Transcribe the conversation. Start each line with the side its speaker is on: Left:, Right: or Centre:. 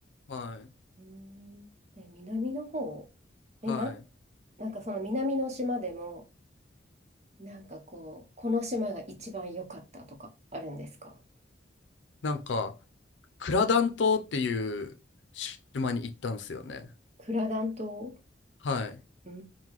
Left: はい。
Right: うーん。え、南の方え、
Left: はい。
Right: なん、なんかその南の島でも、なんかこう、この島が一番良かったとかあるんですか
Left: なんか、クラダン島っていう島に行ったんですよね。
Right: クラダン島
Left: はい。
Right: うー